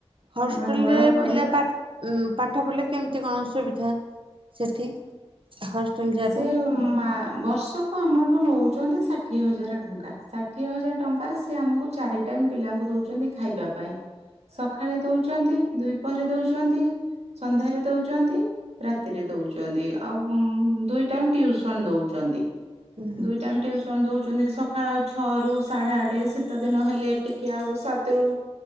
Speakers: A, on the right; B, on the right.
A: ହଷ୍ଟେଲରେ
B: ଆମେ ବଡ଼ ପରିବା
A: ପିଲା ପା ପାଠ ପଢ଼ିଲେ କେମିତି କଣ ଅସୁବିଧା ସେଠି ହଷ୍ଟେଲ ଯିବା
B: ସେ
A: ପାଇଁ।
B: ମା ବର୍ଷକୁ ଆମଠୁ ନଉଛନ୍ତି ଷାଠିଏ ହଜାର ଟଙ୍କା ଷାଠିଏ ହଜାର ଟଙ୍କାରେ ସେ ଆମକୁ ଚାରି ଟାଇମ୍ ପିଲାଙ୍କୁ ଦଉଛନ୍ତି ଖାଇବା ପାଇଁ। ସକାଳେ ଦଉଛନ୍ତି ଦୁଇ ପହରେ ଦଉଛନ୍ତି। ସନ୍ଧ୍ୟାରେ ଦଉଛନ୍ତି ରାତିରେ ଦଉଛନ୍ତି ଆଉ ଦୁଇ ଟାଇମ୍ ଟିଉସନ ଦଉଛନ୍ତି
A: ହୁଁ
B: ଦୁଇ ଟାଇ ଟିଉସନ ଦଉଛନ୍ତି ସକାଳ ଛଅ ରୁ ସାଢ଼େ ଆଠ ଶୀତ ଦିନ ହେଲେ ଟିକେ ଆଉ ସାତରୁ।